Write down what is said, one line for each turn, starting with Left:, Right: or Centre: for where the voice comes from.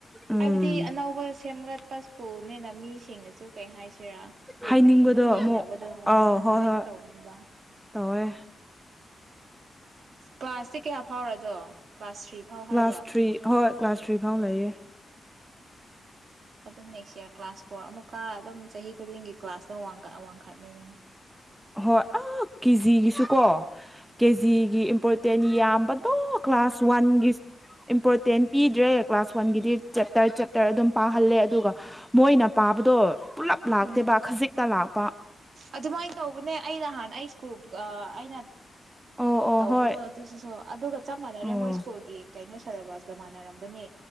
Centre: ꯎꯝ
Right: ꯍꯥꯏꯕꯗꯤ ꯑꯅꯧꯕ ꯁꯦꯝꯒꯠꯄ <unintelligible> ꯃꯤꯁꯤꯡꯅꯁꯨ ꯀꯩ ꯍꯥꯏꯁꯤ ꯁꯤꯔꯥ ꯈꯪꯗꯦ
Centre: ꯍꯥꯏꯅꯤꯡꯕꯗꯣ
Right: ꯑꯗꯨꯝ ꯌꯦꯡꯅꯕꯗꯣ
Centre: ꯑꯃꯨꯛ
Right: ꯎꯝ
Centre: ꯑꯥꯎ
Right: ꯑꯗꯨꯃꯥꯏꯅ
Centre: ꯍꯣꯏ ꯍꯣꯏ
Right: ꯇꯧꯕꯅꯦꯕ
Centre: ꯇꯧꯋꯦ
Right: ꯀ꯭ꯂꯥꯁꯇꯤ ꯀꯌꯥ ꯐꯥꯎꯔꯗꯣ ꯀ꯭ꯂꯥꯁ ꯊ꯭ꯔꯤ ꯐꯥꯎ
Centre: ꯀ꯭ꯂꯥꯁ
Right: ꯍꯥꯏꯕ꯭ꯔꯣ
Centre: ꯊ꯭ꯔꯤ ꯍꯣꯏ ꯀ꯭ꯂꯥꯁ ꯊ꯭ꯔꯤ ꯐꯥꯎ ꯂꯩꯌꯦ
Right: ꯑꯗꯨ ꯅꯦꯛꯁꯌꯥꯔ ꯀ꯭ꯂꯥꯁ ꯐꯣꯔ ꯑꯃꯨꯛꯀ ꯑꯗꯨꯝ ꯆꯍꯤ ꯈꯨꯗꯤꯡꯒꯤ ꯀ꯭ꯂꯥꯁꯇꯣ ꯋꯥꯡꯈꯠ ꯋꯥꯡꯈꯠꯅꯤꯌꯦ
Centre: ꯍꯣꯏ ꯑ ꯀꯦꯖꯤꯒꯤꯁꯨ ꯀꯣ ꯀꯦꯖꯤꯒꯤ ꯏꯝꯄꯣꯔꯇꯦꯟ ꯌꯥꯝ ꯕꯥꯇꯣ ꯀ꯭ꯂꯥꯁ ꯋꯥꯟꯒꯤ ꯏꯝꯄꯣꯔꯇꯦꯟ ꯄꯤꯗ꯭ꯔꯦ ꯀ꯭ꯂꯥꯁ ꯋꯥꯟꯒꯤꯗꯤ ꯆꯦꯞꯇꯔ ꯆꯦꯞꯇꯔ ꯑꯗꯨꯝ ꯄꯥꯍꯜꯂꯦ ꯑꯗꯨꯒ ꯃꯣꯏꯅ ꯄꯥꯕꯗꯣ ꯄꯨꯂꯞ ꯂꯥꯛꯇꯦꯕ
Right: ꯎꯝ
Centre: ꯈꯖꯤꯛꯇ ꯂꯥꯛꯄ
Right: ꯑꯗꯨꯃꯥꯏꯅ ꯇꯧꯕꯅꯦ ꯑꯩ ꯅꯍꯥꯟ ꯑꯩ ꯁ꯭ꯀꯨꯜ ꯑꯩꯅ
Centre: ꯑꯣ ꯑꯣ
Right: ꯇꯧꯕꯗꯣ
Centre: ꯍꯣꯏ
Right: <unintelligible> ꯑꯗꯨꯒ ꯆꯞ ꯃꯥꯟꯅꯔꯦ
Centre: ꯑꯣ
Right: ꯃꯣꯏ ꯁ꯭ꯀꯨꯜꯒꯤ ꯀꯩꯅꯣ ꯁꯦꯂꯦꯕꯁꯀ ꯃꯥꯟꯅꯔꯝꯒꯅꯤ